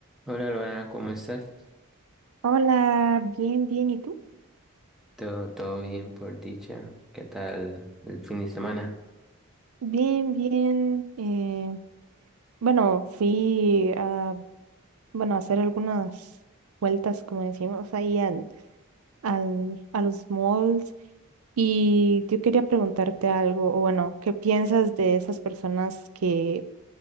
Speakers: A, in the centre; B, on the right (about 80°).
A: Hola, Luana, ¿cómo estás?
B: Hola, bien, bien, ¿y tú?
A: Todo, todo bien por dicha. ¿Qué tal el fin de semana?
B: Bien, bien. eh, bueno, fui a, bueno, a hacer algunas vueltas, como decimos, ahí al, al, a los malls y yo quería preguntarte algo, o bueno, ¿qué piensas de esas personas que